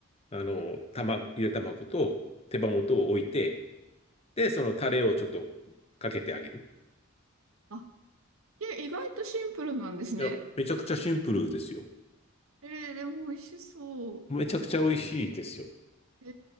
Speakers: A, on the left (about 30°); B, on the right (about 75°).
A: あの、卵、ゆで卵と手羽元を置いて、で、そのタレをちょっとかけてあげる。
B: あ、え、意外とシンプルなんですね。
A: いや、めちゃくちゃシンプルですよ。
B: えー、でも美味しそう。
A: めちゃくちゃ美味しいですよ。
B: え